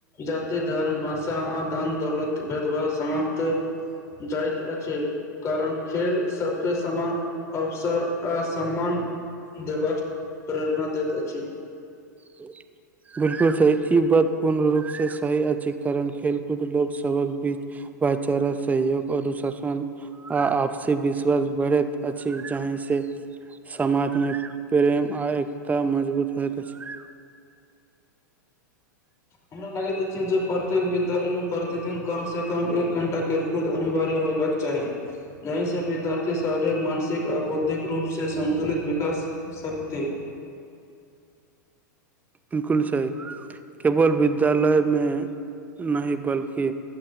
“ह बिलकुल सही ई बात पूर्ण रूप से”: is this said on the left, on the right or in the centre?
Right